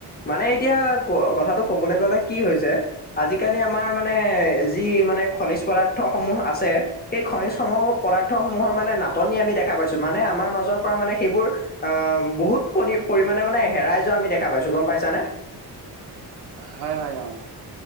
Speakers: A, on the left; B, on the right.
A: মানে এতিয়া ক কথাটো ক'বলৈ গ'লে কি হৈছে আজিকালি আমাৰ মানে যি মানে খনিজ পদাৰ্থ সমূহ আছে এই খনিজ সমূহ পদাৰ্থ সমূহৰ
B: হয় হয়
A: মানে নাপ- টনি আমি দেখা পাইছো মানে আমাৰ মাজৰ পৰা মানে সেইবোৰ আহ বহুত প- পৰিমানে মানে হেৰাই যোৱা আমি দেখা পাইছো গম পাইছানে।
B: হয় হয় অ।